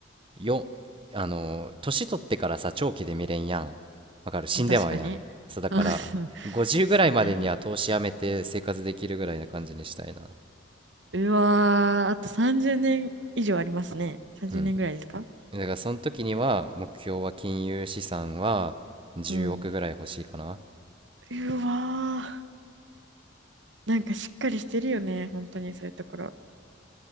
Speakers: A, on the right; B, on the right.
A: よ、あのー、年取ってからさ、長期で見れんやん。わかる死んでまうやん。
B: 確かに。
A: そう、だから、
B: <laughs>
A: 50ぐらいまでには投資やめて生活できるぐらいな感じにしたいな。
B: そうね。うわー、あと30年以上ありますね。30年ぐらいですか
A: うん。だから、その時には、目標は金融資産は10億ぐらい欲しいかな。
B: うん。うわー、なんかしっかりしてるよね。本当にそういうところ。